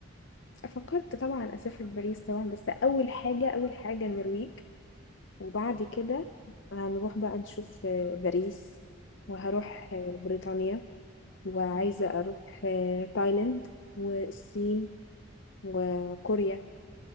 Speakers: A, on the left (about 60°); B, on the left (about 40°).
A: فكرت طبعا اسافر باريس طبعا بس اول حاجه اول حاجه النرويج وبعد
B: اه
A: كده هنروح بقى نشوف آه، باريس وهروح
B: امم
A: آه، بريطانيا وعايزه
B: امم
A: اروح آه، تايلاند والصين وكوريا